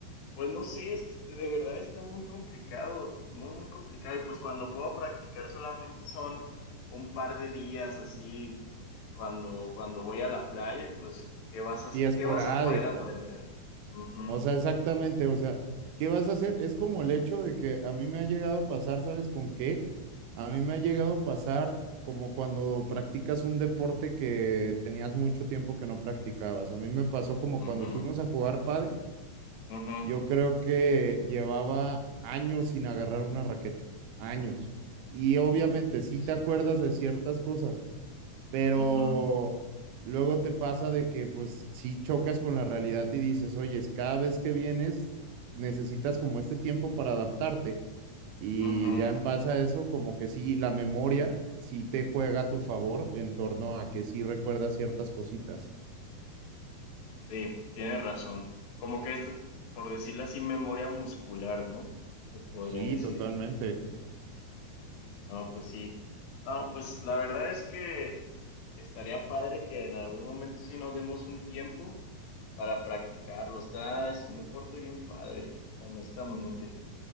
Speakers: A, on the left; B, on the right.
A: pues no sé, es que de verdad está muy complicado, muy, muy complicado. Y pues cuando puedo practicar solamente son un par de días así, cuando, cuando voy a la playa y pues, ¿qué vas a,
B: Y esporádico.
A: qué vas a poder aprender? Ujú,
B: O sea, exactamente, o sea, ¿qué vas a hacer? Es como el hecho de que a mí me ha llegado a pasar, ¿sabes con qué? A mí me ha llegado a pasar como cuando practicas un deporte que tenías mucho tiempo que no practicabas. A mí me pasó como
A: ujú,
B: cuando fuimos a jugar pádel,
A: ujú.
B: yo creo que llevaba años sin agarrar una raqueta, años. Y obviamente
A: No inventes.
B: sí te acuerdas de ciertas cosas pero
A: Ujú,
B: luego te pasa de que pues sí chocas con la realidad y dices, oye, cada vez que vienes necesitas como este tiempo para adaptarte y
A: ujú.
B: ya en base a eso como que sí, la memoria sí te juega a tu favor en torno a que sí recuerdas ciertas cositas.
A: Sí, tienes razón. Como que es, por decirlo así, memoria muscular, ¿no? Te podría
B: Sí,
A: decir.
B: totalmente.
A: No, pues sí. No, pues la verdad es que estaría padre que en algún momento sí nos demos un tiempo para practicarlo. Está, es un deporte bien padre, honestamente.